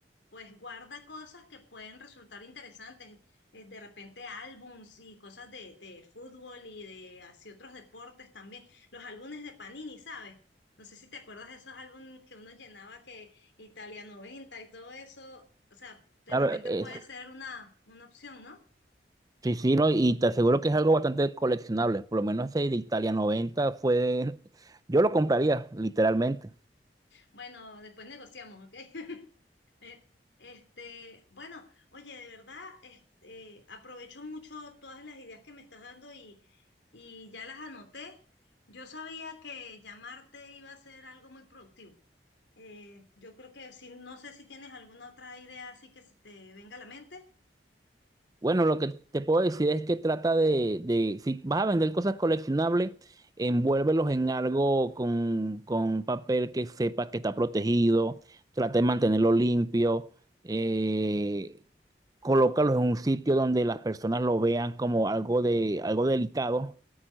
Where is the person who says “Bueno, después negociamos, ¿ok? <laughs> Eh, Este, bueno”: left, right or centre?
Left